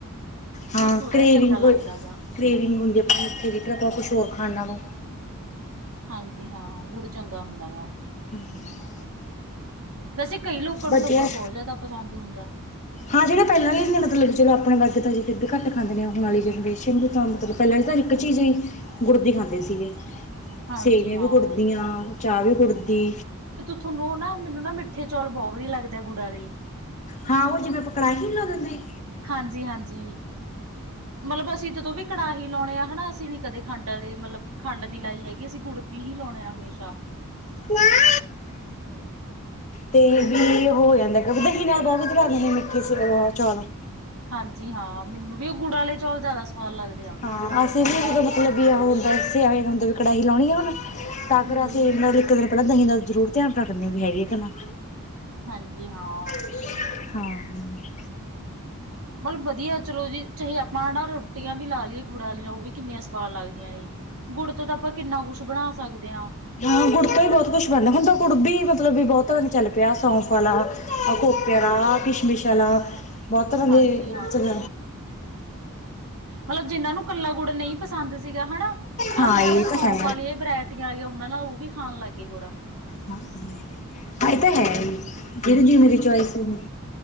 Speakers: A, on the left; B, on the right.
A: ਹਾਂ
B: ਥੋੜ੍ਹਾ
A: ਕਰੇਵੀ
B: ਜਿਹਾ ਚੰਗਾ ਲੱਗਦਾ
A: ਕੋਈ
B: ਗਾ।
A: ਕ੍ਰੇਵਿੰਗ ਹੁੰਦੀ ਆਪਾਂ ਉੱਥੇ ਵੀ ਆਪਾਂ ਕੁਛ ਹੋਰ ਖਾਨਾ ਵਾ।
B: ਹਾਂਜੀ ਹਾਂ ਗੁੜ ਚੰਗਾ ਹੁੰਦਾ ਵਾ।
A: <unintelligible>
B: ਵੈਸੇ ਕਈ ਲੋਕਾਂ
A: ਵਧੀਆ
B: ਨੂੰ ਤਾਂ ਗੁੜ ਬੋਤ ਜਾਦਾ ਪਸੰਦ ਹੁੰਦਾ।
A: ਹਾਂ ਜੇੜੇ ਪੈਲਾਂ ਨੀ ਸੀ ਮਤਲਬ ਚਲ ਆਪਣੇ ਬਾਕਿ ਤਾ ਹਜੇ ਫਿਰ ਵੀ ਘੱਟ ਖਾਂਦੇ ਹੁਣ ਵਾਲੀ ਜਨਰੇਸ਼ਨ ਦੀ ਤਾਂ ਮਤਲਬ ਪੈਲਾਂ ਤਾਂ ਇੱਕ ਚੀਜ਼ ਹੀ ਗੁੜ ਦੀ ਖਾਂਦੇ ਸੀਗੇ।
B: ਹਾਂਜੀ
A: ਸੇਵੀਆਂ
B: ਹਾਂ।
A: ਵੀ ਗੁੜ ਦੀਆਂ ਚਾ ਵੀ ਗੁੜਦੀ।
B: ਥਾਨੂੰ ਓ ਨਾ ਮੈਨੂੰ ਨਾ ਮਿੱਠੇ ਚੌਲ ਬਹੁ ਵਧੀਆ ਲੱਗਦੇ ਗੁੜਾ ਆਲੇ।
A: ਹਾਂ ਓ ਜਿਵੇਂ ਪਕੜਾਹੀ ਨੀ ਹੋ ਜਾਂਦੀ।
B: ਹਾਂਜੀ ਹਾਂਜੀ ਮਲਬ ਅਸੀਂ ਜਦੋਂ ਵੀ ਕੜਾਹ- ਹੀ ਲਾਉਣੇ ਆ ਹਨਾ ਅਸੀਂ ਨੀ ਕਦੇ ਖੰਡ ਅਲੇ ਮਲਬ ਖੰਡ ਦੀ ਲਾਈ ਹੈਗੀ ਅਸੀਂ ਗੁੜ ਦੀ ਈ ਲਾਉਣੇ ਆ ਹਮੇਸ਼ਾ।
A: <unintelligible> ਤੇ ਕਿ ਹੋ ਜਾਂਦਾ ਕਰਦੇ ਕਿ ਨਾਲ ਬਾ ਬਣਾ ਕੇ ਮਿੱਠੇ ਸੇਵੋ ਚਾਵਲ ਦਾ
B: ਹਾਂਜੀ ਹਾਂ ਮੈਨੂੰ ਵੀ ਓ ਗੁੜ ਆਲੇ ਚੌਲ ਜਾਦਾ ਸਵਾਦ ਲੱਗਦੇ ਆ।
A: ਹਾਂ ਅਸੀਂ ਵੀ ਮਲਬ ਵੀ ਆ ਹੁੰਦਾ ਸਿਆਏ ਹੁੰਦੇ ਵੀ ਕੜਾਹੀ ਲਾਣੀ ਹੁਣ। ਤਾਂ
B: ਹੂੰ
A: ਫੇਰ ਅਸੀਂ ਮਤਬ ਇੱਕ ਦਿਨ ਪੈਲਾਂ ਦਹੀਂ ਦਾ ਜ਼ਰੂਰ ਧਿਆਨ ਰੱਖਦੇ ਆਂ ਬ‌ਈ ਹੈਗੀ ਕੇ ਨਾ।
B: ਹਾਂਜੀ ਹਾਂ
A: ਹਾਂ
B: ਮਲਬ ਵਧੀਆ ਚਲੋ ਜੀ ਚੇ ਆਪਾਂ ਨਾ ਰੋਟੀਆਂ ਵੀ ਲਾ ਲਈਏ ਗੁੜ ਆਲੀਆਂ ਓ ਵੀ ਕਿੰਨੀਆਂ ਸਵਾਦ ਲੱਗਦੀਆਂ ਨੇ ਗੁੜ ਤੋਂ ਤਾਂ ਆਪਾਂ ਕਿੰਨਾ ਕੁੱਛ ਬਣਾ ਸਕਦੇ ਆਂ।
A: ਹਾਂ ਗੁੜ ਤੋਂ ਵੀ ਬੋਤ ਕੁਛ ਬਣਦਾ। ਤਾਂ ਗੁੜ ਬੀ ਮਲਬ ਬੀ ਬੋਤ ਤਰ੍ਹਾਂ ਦਾ ਚੱਲ ਪਿਆ ਸੌਂਫ ਅਲਾ, ਖੋਪੇ ਅਲਾ, ਕਿਸ਼ਮਿਸ਼ ਅਲਾ। ਬੋਤ ਤਰ੍ਹਾਂ ਦੇ
B: ਹਾਂਜੀ-ਹਾਂਜੀ
A: ਚੱਲ
B: ਮਲਬ ਜਿਨਾ ਨੂੰ ਕੱਲਾ ਗੁੜ ਨ‌ਈ ਪਸੰਦ ਸੀਗਾ ਹਨਾ। ਆਹ
A: ਹਾਂ
B: ਜੇੜੀਆਂ
A: ਇਹ ਤਾਂ
B: ਸੌਂਫ
A: ਹੈ
B: ਅਲੀਆਂ ਵਰੈਟੀਆਂ ਆਈਆਂ ਓਨਾਂ ਨਾਲ ਓ ਵੀ ਖਾਣ ਲੱਗ ਗੇ ਗੂੜਾ ਆ।
A: ਾਂ ਹ ਐ ਤਾਂ ਹੈ
B: ਹੂੰ,
A: ਈ। ਜੇੜੀ ਚੀਜੀ ਮੇਰੀ ਚੋਇਸ ਮ